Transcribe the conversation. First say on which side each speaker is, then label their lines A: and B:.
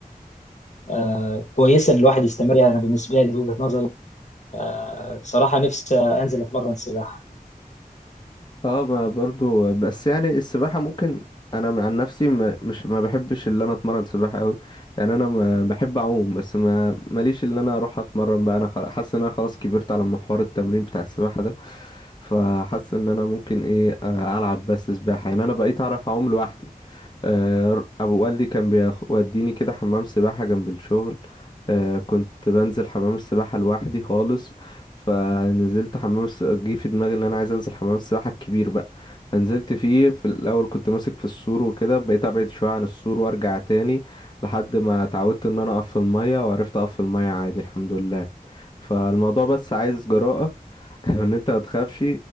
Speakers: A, on the left; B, on the left.
A: آه، كويسة إن الواحد يستمر يعني أنا بالنسبة لي وجهة نظري آه، صراحة نفسي أنزل أتمرن سباحة
B: اه ما برضو بس يعني السباحة ممكن انا من عن نفسي ما مش ما بحبش اللي انا اتمرن سباحة قوي يعني انا ما بحب اعوم بس ما ماليش اللي انا اروح اتمرن بقى انا خلا- حاسس ان انا خلاص كبرت على محور التمرين بتاع السباحة ده فحاسس ان انا ممكن ايه آه، العب بس سباحة يعني انا بقيت اعرف اعوم لوحدي آه، ابو والدي كان بيوديني كده حمام سباحة جنب الشغل آه، كنت بنزل حمام السباحة لوحدي خالص فنزلت حمام الس... جه في دماغي ان انا عايز انزل حمام السباحة الكبير بقى فنزلت فيه في الاول كنت ماسك في السور وكده بقيت ابعد شوية عن السور وارجع تاني لحد ما اتعودت ان انا اقف في المية وعرفت اقف في المية عادي الحمد لله فالموضوع بس عايز جراءة <laughs> وان انت متخافش